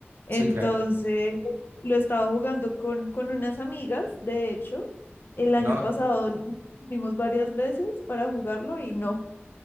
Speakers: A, on the left; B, on the right.
A: Entonces,
B: Sí, claro.
A: lo estaba jugando con, con unas amigas, de hecho, el año
B: No,
A: pasado nos vimos varias veces para jugarlo y no,